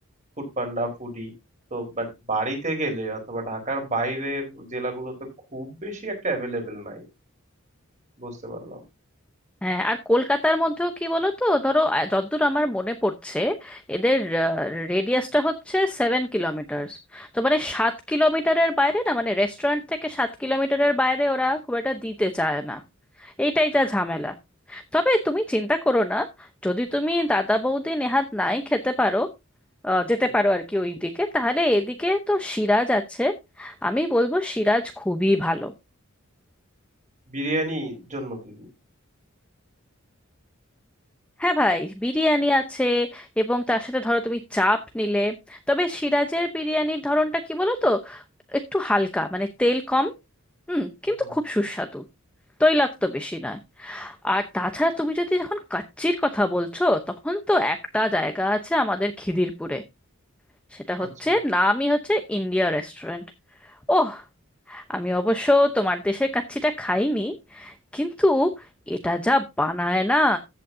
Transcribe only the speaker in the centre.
হ্যাঁ আর কলকাতার মধ্যেও কি বলো তো ধরো আহ, যতদূর আমার মনে পড়ছে এদের রেডিয়াসটা হচ্ছে সেভেন কিলোমিটার তো মানে সাত কিলোমিটারের বাইরে না মানে রেস্টুরেন্ট থেকে সাত কিলোমিটারের বাইরে ওরা খুব একটা দিতে চায় না এইটাই যা ঝামেলা তবে তুমি চিন্তা করো না যদি তুমি দাদা বৌদি নেহাত নাই খেতে পারো আহ, যেতে
পারো আর কি ওই দিকে তাহলে এদিকে তো সিরাজ আছে আমি বলবো সিরাজ খুবই ভালো
হ্যাঁ ভাই বিরিয়ানি আছে এবং তার সাথে ধরো তুমি চাপ নিলে তবে সিরাজের বিরিয়ানির ধরনটা কি বলো তো একটু হালকা মানে তেল কম হুম কিন্তু
খুব সুস্বাদু তৈলাক্ত বেশি নয় আর তাছাড়া তুমি যদি যখন কাচ্চির কথা বলছো তখন তো একটা জায়গা আছে আমাদের খিদিরপুরে সেটা হচ্ছে
নামই হচ্ছে ইন্ডিয়া রেস্টুরেন্ট ওহ আমি অবশ্য তোমার দেশের কাচ্চিটা খাইনি কিন্তু এটা যা বানায় না